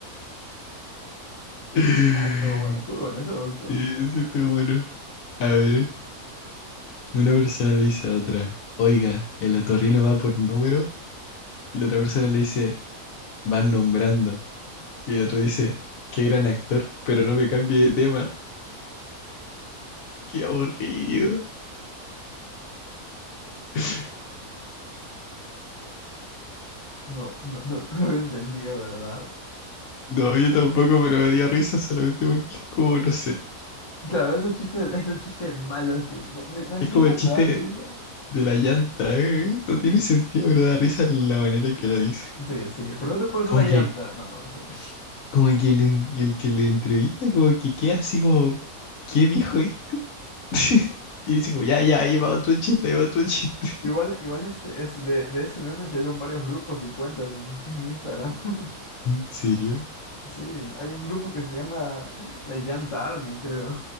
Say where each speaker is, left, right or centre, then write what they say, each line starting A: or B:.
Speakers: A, on the left; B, on the left.
A: <laughs>
B: Ah, estuvo bueno, estuvo bueno, eso me gustó.
A: Eso está bueno. A ver, una persona le dice a otra, oiga, el otorrino va por número, y la otra persona le dice, van nombrando. Y el otro dice, qué gran actor, pero no me cambie de tema. Qué aburrido. <laughs>
B: No, no, no, no lo entendía, ¿verdad?
A: No, yo tampoco, pero me dio risa solamente porque es como, no sé.
B: Claro, esos chistes, <laughs> esos chistes malos que no, ni- no entiendes,
A: Es como el chiste
B: ¿verdad?
A: de la llanta, ¿eh? No tiene sentido, pero da risa la manera que lo dice.
B: Sí, sí, pero no te pones
A: Como
B: una llanta.
A: que,
B: No, no me sale.
A: como que el, en- el que le entrevista, como que queda así como, ¿qué dijo este? <laughs> Y dice como, ya, ya, ahí va otro chiste, ahí va otro chiste.
B: Igual, igual este, es de, de ese meme salieron varios grupos y cuentas en, en Instagram. <laughs>
A: ¿En serio?
B: Sí, hay un grupo que se llama La Llanta Army, creo.